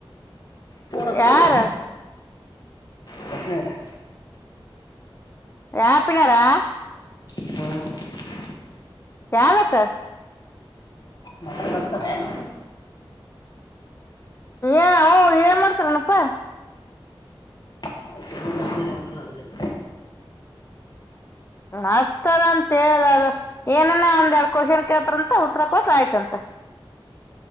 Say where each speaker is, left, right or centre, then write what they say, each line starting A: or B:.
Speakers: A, on the left; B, on the left.
A: ಫೋನ್ ಹಚ್ತಾರು
B: ಯಾರ
A: ಸತ್ತಮ್ಯಾಗ
B: ಯ ಪಿಳಾರಾ <unintelligible>
A: ಹಾ....
B: <unintelligible>
A: ಮಟನ್ ತರುಸ್ತನ್ ಎನ್
B: ಏ ಹು ಏನ್ ಮಾಡ್ತಾರಣಪ್ಪಾ?
A: <inaudible> <unintelligible>
B: ಅಷ್ಟಾರ ಅಂತ ಹೇಳ್ರ ಏನನ್ ಒಂದೆರಡು ಕೋಶನ್ ಕೇಳತಾರಂತ ಉತ್ತರ ಕೊಟ್ ಆಯ್ತಂರಿ